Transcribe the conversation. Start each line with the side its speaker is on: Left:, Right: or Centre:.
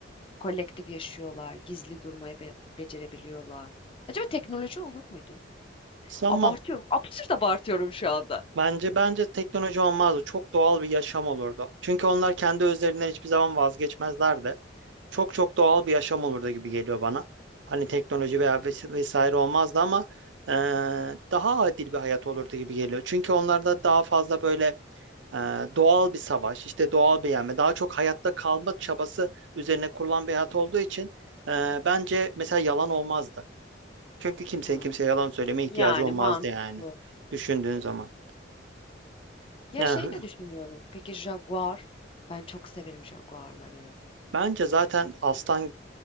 Left: kolektif yaşıyorlar, gizli durmayı be- becerebiliyorlar. Acaba teknoloji olur muydu?
Right: Sanmam.
Left: Abartıyorum, absürt abartıyorum şu anda.
Right: Bence bence teknoloji olmazdı. Çok doğal bir yaşam olurdu. Çünkü onlar kendi özlerinden hiçbir zaman vazgeçmezlerdi. çok çok doğal bir yaşam olurdu gibi geliyor bana. Hani teknoloji veya ves- vesaire olmazdı ama e, daha adil bir hayat olurdu gibi geliyor. Çünkü onlarda daha fazla böyle e, doğal bir savaş, işte doğal bir yenme, daha çok hayatta kalma çabası üzerine kurulan bir hayat olduğu için e, bence mesela yalan olmazdı. Çünkü kimsenin
Left: Hmm,
Right: kimseye yalan söylemeye
Left: yani
Right: ihtiyacı olmazdı
Left: mantıklı.
Right: yani düşündüğün zaman.
Left: Ya
Right: Yani
Left: şey
Right: hı-
Left: de düşünüyorum. Peki Jaguar? Ben çok severim Jaguar'ları ya.
Right: bence zaten aslan